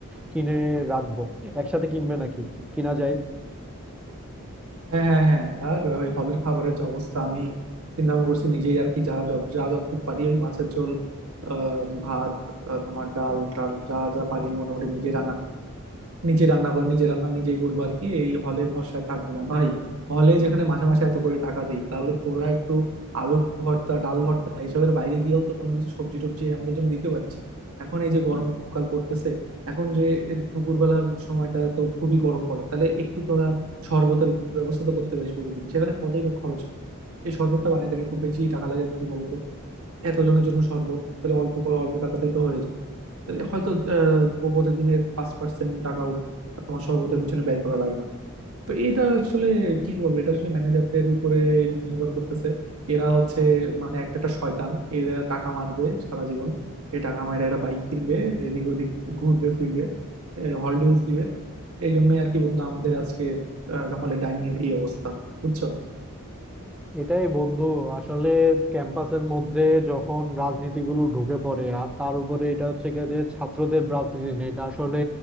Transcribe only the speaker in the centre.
কিনে রাখবো একসাথে কিনবে নাকি কিনা যায়
এটাই বন্ধু আসলে ক্যাম্পাসের মধ্যে যখন রাজনীতিগুলো ঢুকে পড়ে আর তার উপরে এটা হচ্ছে গিয়ে যে ছাত্রদের রাজনীতি না, এটা আসলে